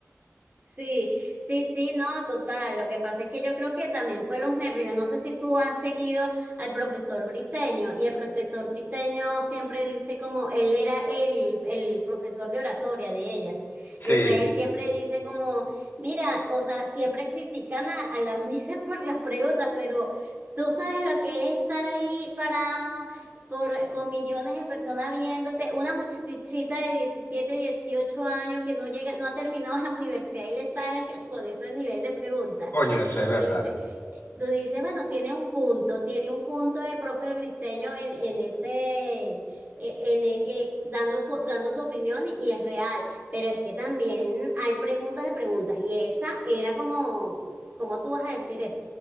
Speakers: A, on the right; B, on the left.
A: Sí, sí, sí, no, total. Lo que pasa es que yo creo que también fue los nervios. Yo no sé si tú has seguido al profesor Briseño y el profesor Briseño siempre dice como él era el, el profesor de oratoria de ellas.
B: Sí.
A: Y entonces él siempre dice como, mira, o sea, siempre critican a, a las <laughs> misas por las preguntas, pero tú sabes lo que es estar ahí parado por, con millones de personas viéndote, una muchachita de 17 18 años que no llega, no ha terminado la universidad y le salgan con ese nivel de preguntas.
B: Coño, eso
A: Y
B: es
A: tú
B: verdad.
A: dices, eh, tú dices, bueno, tiene un punto, tiene un punto el profe Briseño en, en ese, eh, en, eh, dando su, dando su opinión y, y es real, pero es que también hay preguntas de preguntas y esa era como, ¿cómo tú vas a decir eso?